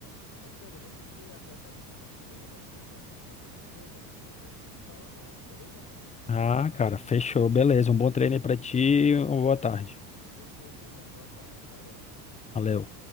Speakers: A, on the left (about 40°); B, on the left (about 15°).
A: Meu parceiro, eu vou ter que ir até a academia dar um treino, eu vou aproveitar que hoje fecha mais cedo e depois a gente se fala mais, beleza, mano?
B: Ah, cara, fechou. Beleza. Um bom treino aí pra ti. Uma boa tarde.
A: Perfeito, mano. Boa tarde, valeu.
B: Valeu.